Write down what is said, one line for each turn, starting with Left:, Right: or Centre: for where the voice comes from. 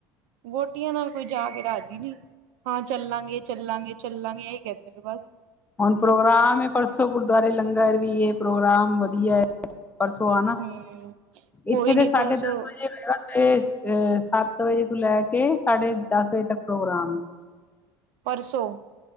Right: ਵੋਟੀਆਂ ਨਾਲ ਕੋਈ ਜਾ ਕੇ ਰਾਜੀ ਨੀ ਹਾਂ ਚੱਲਾਂਗੇ। ਚੱਲਾਂਗੇ-ਚੱਲਾਂਗੇ ਐਈ ਕੈਂਦੇ ਨੇ ਬਾੱਸ।
Left: ਹੁਨ ਪ੍ਰੋਗਰਾਮ ਏ ਪਰਸੋਂ ਗੁਰਦੁਆਰੇ ਲੰਗਰ ਵੀ ਏ ਪ੍ਰੋਗਰਾਮ ਵਦੀਐ। ਪਰਸੋਂ ਆ ਨਾ
Right: ਹੂੰ। ਕੋਈ
Left: ਇੱਥੇ
Right: ਨੀ
Left: ਤੇ ਸਾਢੇ
Right: ਪਰਸੋਂ,
Left: ਦਾਸ ਵਜੇ ਅ ਸੱਤ ਵਜੇ ਤੋਂ ਲੈਕੇ ਸਾਢੇ ਦਾਸ ਵਜੇ ਤੱਕ ਪ੍ਰੋਗਰਾਮ ਏ।
Right: ਪਰਸੋਂ।